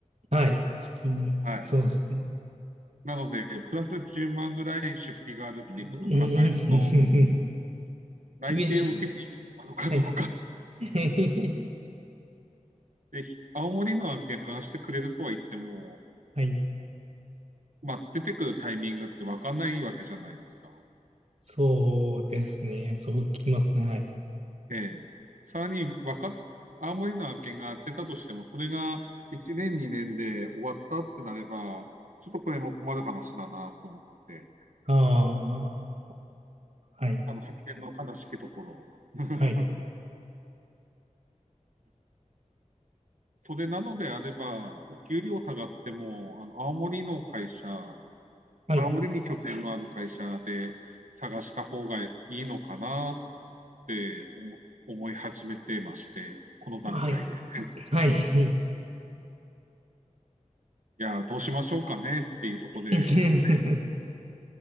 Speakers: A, on the right (about 55°); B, on the right (about 75°).
A: はい。月に、
B: はい。
A: そうですね。
B: なので、プラス10万ぐらい出費があるっていうことを考えると、
A: うーん、<laughs>
B: 内定を受けていいのかどうかっ
A: 厳しい。はい。<laughs>
B: て、青森の案件探してくれるとは言っても、
A: はい。
B: まあ、出てくるタイミングって分かんないわけじゃないですか。
A: そうですね。そうきますね。はい。
B: で、さらにわかっ、青森の案件が出たとしても、それが1年、2年で終わったってなれば、ちょっとこれも困る話だなと思って、
A: ああ、はい。
B: あの発見の悲しきところ。<laughs>
A: はい。
B: それなのであれば、お給料下がっても、あの青森の会社、
A: はい。
B: 青森に拠点のある会社で探した方がいいのかなって思思い始めてまして、この段階で。
A: はい。はい。
B: いや、どうしましょうかねっていうところで、
A: <laughs>
B: ね、